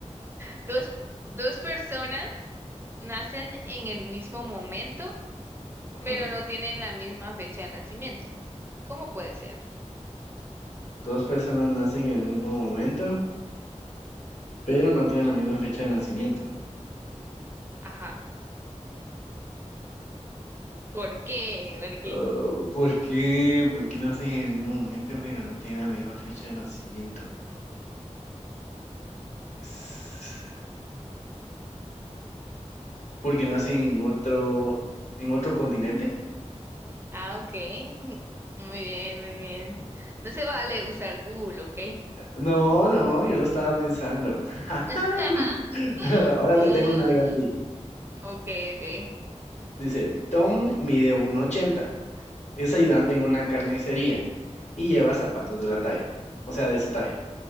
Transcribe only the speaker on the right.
Dos, dos personas nacen en el mismo momento
pero no tienen la misma fecha de nacimiento. ¿Cómo puede ser?
Ajá. ¿Por qué? ¿Por qué?
Ah, ok. <laughs> Muy bien, muy bien. No se vale usar Google, ¿ok?
<laughs>
Mm,
ok, ok.
Ok.